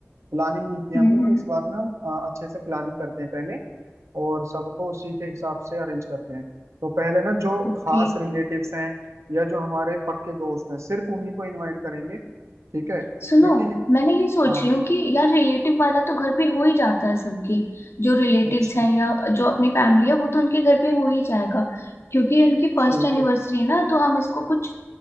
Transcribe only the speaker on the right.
प्लानिंग नहीं किया
हमने तो इस बार ना हम अ, अच्छे से प्लानिंग करते हैं पहले और सबको उसी के हिसाब से अरेंज करते हैं तो पहले ना जो
खास रिलेटिव्स हैं या जो हमारे पक्के दोस्त हैं सिर्फ उन्हीं को इनवाइट करेंगे ठीक है क्योंकि
हाँ
अच्छा
ठीक
है